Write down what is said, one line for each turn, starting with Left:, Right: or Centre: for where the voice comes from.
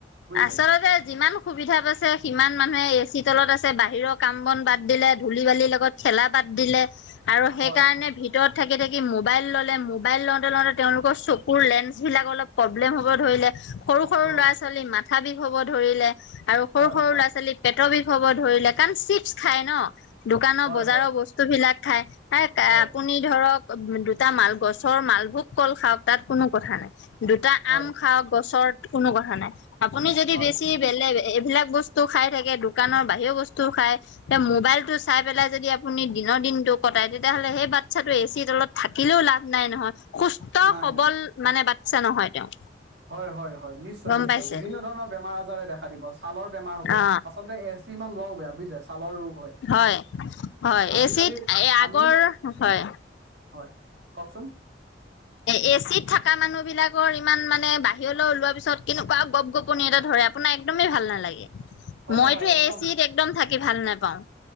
Right: বুজিছে
Left: আচলতে যিমান সুবিধাত পাইছে সিমান মানুহে এ চি তলত আছে। বাহিৰৰ কাম বন বাদ দিলে ধূলি বালিৰ লগত খেলা বাদ দিলে আৰু সেইকাৰণে
Right: হয়
Left: ভ ভিতৰত থাকি-থাকি মোবাইল ল'লে, মোবাইল লওঁতে লওঁতে তেওঁলোকৰ চকুৰ লেন্সবিলাক অলপ প্ৰব্লেম হ'ব ধৰিলে। সৰু-সৰু
Right: হয়
Left: ল'ৰা ছোৱালী মাথা বিষ হ'ব ধৰিলে আৰু সৰু-সৰু
Right: হয় হয়
Left: ল'ৰা ছোৱালী পেটৰ বিষ হ'ব ধৰিলে, কাৰণ চিপছ খায় ন। দোকানৰ
Right: হয়
Left: বজাৰৰ
Right: হয়
Left: বস্তু বিলাক খাই
Right: হয়
Left: আপুনি ধৰক দুটা মাল গছৰ মালভোগ কল খাওক তাত কোনো কথা নাই। দুটা
Right: হয়
Left: আম খাওক গছত কোনো কথা নাই। আপুনি যদি
Right: হয়
Left: বেছি বেলেগ এইবিলাক বস্তু খাই থাকে, দোকানৰ বাহিৰৰে বস্তু খাই। এ মোবাইল টো চাই পেলাই যদি আপুনি দিনৰ দিনতটো কটাই তেতিয়াহ'লে সেই বাচ্ছাটো এচিৰ তলত, থাকিলেও লাভ নাই নহয়, সুস্থ
Right: নাই
Left: সবল মানে বাচ্ছা নহয় তেওঁ।
Right: হয়-হয়-হয় নিশ্চয়-নিশ্চয়
Left: গম পাইছে
Right: বিভিন্ন ধৰণৰ বেমাৰ আজাৰে দেখা দিব ছালৰ বেমাৰ হব।
Left: অ
Right: আচলতে এ এ চি ইমান লোৱাও বয়া বুজিছে ছালৰ ৰোগ হয়।
Left: হয়-হয়
Right: আজিকালি
Left: এ চিত আগৰ
Right: আমি
Left: হয়।
Right: হয়। কওকচোন?
Left: এ এ চিত থকা মানুহ বিলাকৰ ইমান মানে বাহিৰলে ওলোৱাৰ পিছত কেনেকুৱা গপ গপনি এটা ধৰে। আপোনাৰ একদমেই ভাল নালাগে
Right: হয়
Left: মইতো
Right: হয় একদম
Left: এ চিত একদম থাকি ভাল নাপাওঁ।